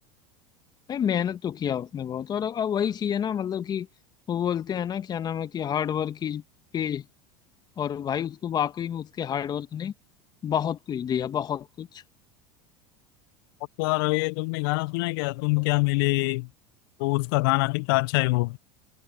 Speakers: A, on the left (about 30°); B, on the left (about 70°).
A: भाई मेहनत तो किया उसने बहुत और अब वही चीज है ना मतलब कि वो बोलते हैं ना क्या नाम है कि हार्ड वर्क इज पे और भाई उसको वाकई में उसके हार्ड वर्क ने बहुत कुछ दिया बहुत कुछ
B: और तो और ये तुमने गाना सुना है क्या तुम क्या मिले वो उसका गाना कितना अच्छा है वो